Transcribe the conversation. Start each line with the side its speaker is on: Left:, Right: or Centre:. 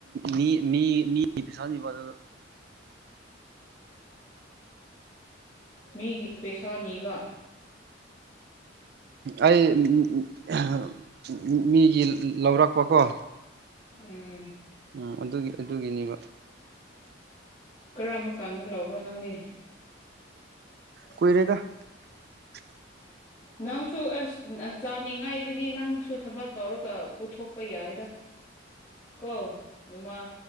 Right: ꯃꯤ ꯃꯤ ꯃꯤ ꯄꯩꯁꯥ <unintelligible> ꯕ ꯑꯗꯨꯗ
Left: ꯃꯤꯒꯤ ꯄꯩꯁꯥ ꯅꯤꯕ
Right: ꯑꯩ <unintelligible> ꯃꯤꯒꯤ ꯂꯧꯔꯛꯄ ꯀꯣ
Left: ꯎꯝ
Right: ꯎꯝ ꯑꯗꯨꯒꯤ ꯑꯗꯨꯒꯤꯅꯦꯕ
Left: ꯀꯔꯝꯕ ꯀꯥꯟꯗ ꯂꯧꯕ꯭ꯔꯥ ꯅꯪꯗꯤ <inaudible>
Right: ꯀꯨꯏꯔꯦꯗ <unintelligible>
Left: ꯅꯪꯁꯨ ꯑꯁ ꯆꯥꯅꯤꯡꯉꯥꯏꯗꯨꯗꯤ ꯅꯪꯁꯨ ꯊꯕꯛ ꯇꯧꯔꯒ ꯄꯨꯊꯣꯛꯄ ꯌꯥꯏꯗ ꯀꯣ ꯑꯗꯨꯃ